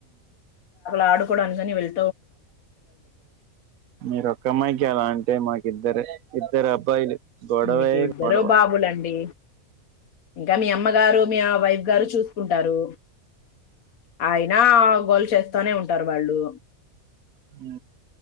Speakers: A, on the left; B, on the right.
A: <inaudible> ఆడు కొడానికని వెళ్
B: మీరొక్కమ్మాయికే అలా అంటే మాకిద్దరు ఇద్దరబ్బాయిలు గొడవే
A: మీకు ఇద్దరు
B: గొడవ
A: బాబులండి ఇంకా మీ అమ్మగారు మీ ఆ వైఫ్ గారు చూస్ ఉంటారు హాయ్ ఆ గోలుసేస్తానే ఉంటారు వాళ్ళు
B: హూ